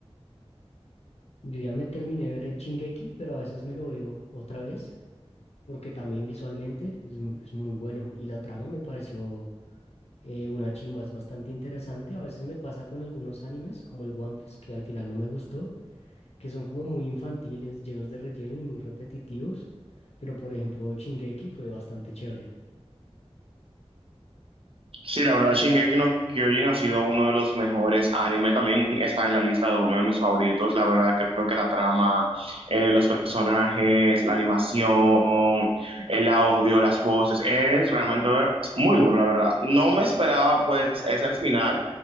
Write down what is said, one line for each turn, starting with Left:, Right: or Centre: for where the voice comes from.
Left: Yo ya me terminé de ver el Shingeki, pero a veces me lo veo otra vez, porque también visualmente es, es muy bueno y la trama me pareció eh, una chimba, es bastante interesante. A veces me pasa con algunos animes, como el One Piece, que al final no me gustó, que son como muy infantiles, llenos de relleno y muy repetitivos. Pero por ejemplo, Shingeki fue bastante chévere.
Right: Sí, la verdad, Shingeki no Kyojin ha sido uno de los mejores anime. También está en la lista de uno de mis favoritos. La verdad, creo que la trama, eh, los personajes, la animación, el audio, las voces, es realmente muy duro, la verdad. No me esperaba, pues, ese final.